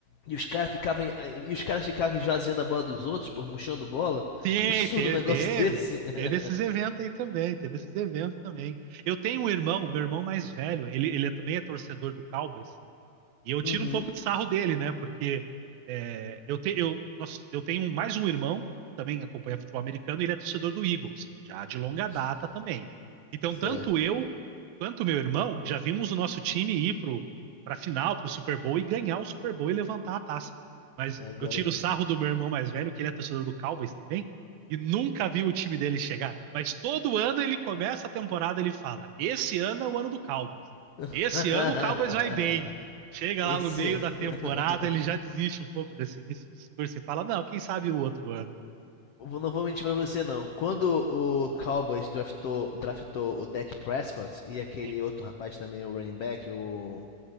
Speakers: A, on the left; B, on the right.
A: e os caras ficavam e os caras ficavam esvaziando a bola dos outros, por murchando bola.
B: Sim,
A: Um absurdo
B: teve,
A: um negócio
B: teve.
A: desse. <laughs>
B: Teve esses eventos aí também, teve esses eventos também. Eu tenho um irmão, meu irmão mais velho, ele, ele é- também é torcedor do Cowboys, E eu
A: Uhum.
B: tiro um pouco de sarro dele, né? Porque é, eu, te- eu, nós- eu tenho mais um irmão, também acompanha futebol americano, e ele é torcedor do Eagles, já de longa
A: C-
B: data também. Então,
A: Certo.
B: tanto eu quanto meu irmão já vimos o nosso time ir pro, pra final, pro Super Bowl, e ganhar o Super Bowl e levantar a taça. Mas
A: Agora
B: eu tiro o sarro do meu irmão mais velho, que ele é torcedor do Cowboys também, e nunca vi o time dele chegar. Mas todo ano ele começa a temporada, ele fala: Esse ano é o ano do Cowboys.
A: <laughs>
B: Esse ano o Cowboys vai bem. Chega
A: Esse
B: lá no meio da
A: <laughs>
B: temporada, ele já desiste um pouco desse, desse discurso e fala: não, quem sabe o outro ano.
A: não vou mentir pra você, não. Quando o Cowboys draftou, draftou o Dak Prescott e aquele
B: Sim.
A: outro rapaz também, o running back, o.